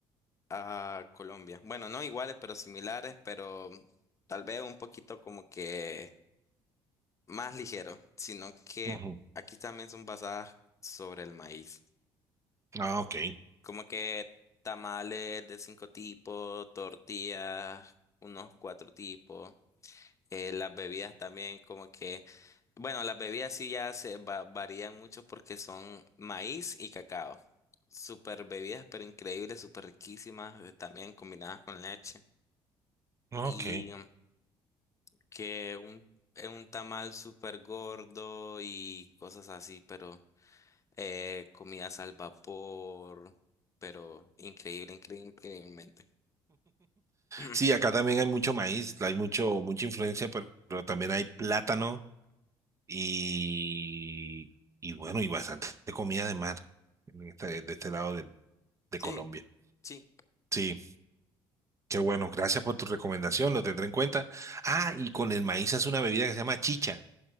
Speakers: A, on the left; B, on the right.
A: a Colombia. Bueno, no iguales, pero similares, pero tal vez un poquito como que más ligero, sino que
B: Ujú.
A: aquí también son basadas sobre el maíz.
B: Ah, ok.
A: Como que tamales de cinco tipos, tortillas, unos cuatro tipos. eh, las bebidas también como que Bueno, las bebidas sí ya se va- varían mucho porque son maíz y cacao. super bebidas, pero increíbles, súper riquísimas, eh, también combinadas con leche.
B: Ah,
A: Y
B: Ok.
A: um, que un, eh, un tamal súper gordo y cosas así, pero eh, comidas al vapor, pero increíble, increíble, increíblemente. <clears throat>
B: Sí, acá también hay mucho maíz, hay mucho, mucha influencia, pero, pero también hay plátano. y, y bueno, y bastante comida de mar en este- de este lado del- de
A: Sí,
B: Colombia.
A: sí.
B: Sí, qué bueno. Gracias por tu recomendación, lo tendré en cuenta. Ah, y con el maíz hace una bebida que se llama chicha.